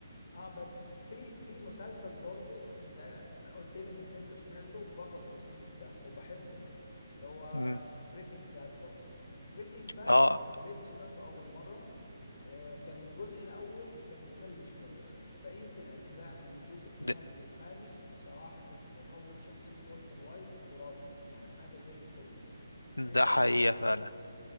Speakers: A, on the left; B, on the left.
A: اه بس في في مسلسل برضو انت قلت لي انك انت سمعته بره التصنيف ده وبحبه اللي هو
B: مم.
A: بريكنج باد برضو بريكنج باد
B: اه
A: لما حبيت سمعته اول مرة آه، كان الجزء الأول كان ممل شوية بقية الأجزاء من الجزء الثاني
B: ده,
A: للخامس صراحة تطور شخصية والتر وايت خرافي يعني حاجة زي الفل
B: ده
A: أنت
B: حقيقة
A: بقى
B: فعلا